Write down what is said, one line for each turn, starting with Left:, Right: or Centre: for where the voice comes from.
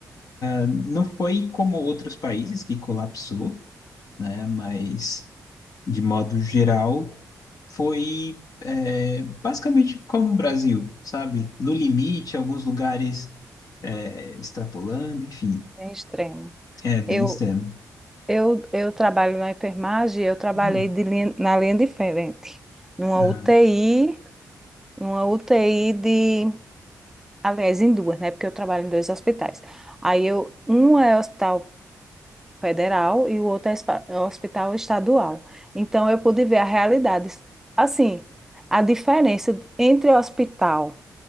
Left: ah, não foi como outros países que colapsou. né? Mas, de modo geral, foi é, basicamente como o Brasil, sabe? No limite, alguns lugares é, extrapolando, enfim,
Centre: é extremo.
Left: é bem
Centre: Eu,
Left: extremo.
Centre: Eu, eu trabalho na enfermagem, eu trabalhei
Left: Hum,
Centre: de linha- na linha de frente, numa
Left: ah,
Centre: UTI, numa UTI de, aliás, em duas, né? Porque eu trabalho em dois hospitais. Aí eu, um é hospital federal e o outro é espa- é um hospital estadual. Então eu pude ver a realidade, assim, a diferença entre hospital